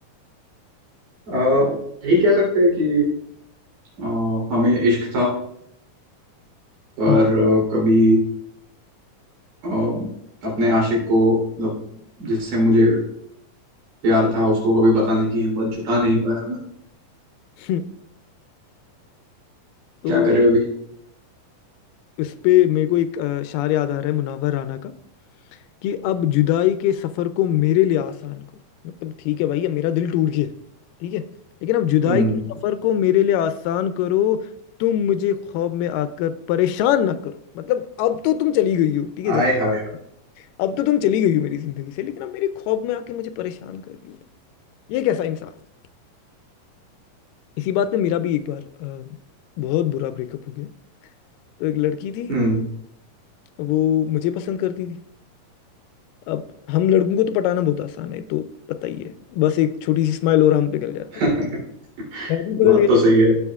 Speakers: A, on the right; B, on the left.
A: अ, यही कह सकते हैं कि अ, हमें इश्क था पर
B: हम्म,
A: अ, कभी अ, अपने आशिक को मतलब जिससे मुझे प्यार था उसको कभी बताने की हिम्मत जुटा नहीं पाया मैं
B: <laughs> हम्म, तो
A: क्या करे अभी
B: उस पे मेरे को एक अ, शार याद आ रहा है मुनव्वर राना का कि अब जुदाई के सफर को मेरे लिए आसान करो मतलब ठीक है भाई ये मेरा दिल टूट गया है, ठीक है लेकिन अब जुदाई
A: हम्म
B: के सफर को मेरे लिए आसान करो तुम मुझे ख्वाब में आकर परेशान ना करो मतलब अब तो तुम चली गई हो ठीक है जैसे
A: आय हाय हाय
B: अब तो तुम चली गई हो मेरी जिंदगी से लेकिन अब मेरे ख्वाब में आके मुझे परेशान कर रही हो ये कैसा इंसाफ इसी बात पे मेरा भी एक बार अ, बहुत बुरा ब्रेकअप हो गया तो एक लड़की थी
A: हम्म
B: वो मुझे पसंद करती थी अब हम लड़कों को तो पटाना बहुत आसान है तो पता ही है बस एक छोटी सी स्माइल और हम पिघल जाते
A: <laughs>
B: मैं भी पिघल
A: बात
B: गया
A: तो सही है